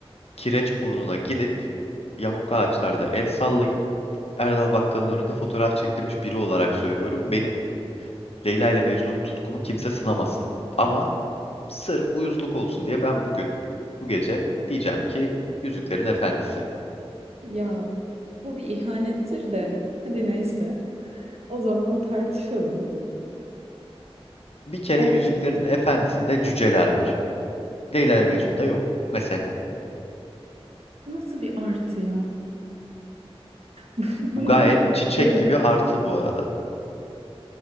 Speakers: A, on the left; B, on the right.
A: Kireçburnu'na gidip yamuk ağaçlarda el sallayıp Erdal Bakkal'ın önünde fotoğraf çektirmiş biri olarak söylüyorum. Benim Leyla ile Mecnun tutkumu kimse sınamasın. Ama Sırf uyuzluk olsun diye ben bugün, bu gece diyeceğim ki Yüzüklerin Efendisi.
B: Ya bu bir ihanettir de hadi neyse. O zaman tartışalım.
A: Bir kere
B: Ya,
A: Yüzüklerin Efendisi'nde cüceler var. Leyla ve Mecnun'da yok mesela.
B: Bu nasıl bir artı ya? <laughs> Bu
A: Bu gayet
B: ne?
A: çiçek
B: Neden?
A: gibi artı bu arada.